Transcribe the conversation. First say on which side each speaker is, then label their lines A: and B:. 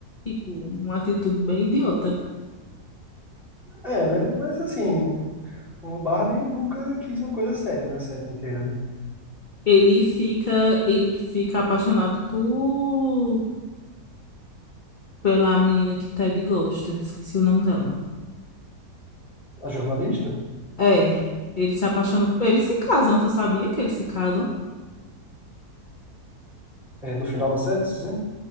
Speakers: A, on the left (about 35°); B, in the centre.
A: Tipo, uma atitude bem idiota.
B: É, né? Mas assim, o Barney nunca quis uma coisa séria na série inteira, né?
A: Ele fica, ele que fica apaixonado por pela menina que Ted gosta. Esqueci o nome dela.
B: A jornalista,
A: É, ele se apaixona por... Eles se casam, tu sabia que eles se casam?
B: é, no final da série, tá dizendo?